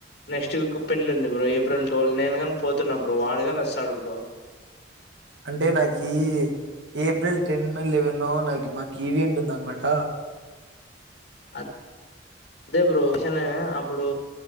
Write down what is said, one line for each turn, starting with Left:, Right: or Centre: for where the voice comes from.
Left: నెక్స్ట్ వీక్ పెండ్లుంది బ్రో ఏప్రిల్ టు వల్ నేను కాని పోతున్నా బ్రో వాడుగాని వస్తాడు బ్రో
Right: అంటే నాకీ ఏప్రిల్ టెన్ లెవెననో నాకు మాకీ ఈవెంట్ ఉందన్మాట
Left: అ దే బ్రో విషన్ అప్పుడు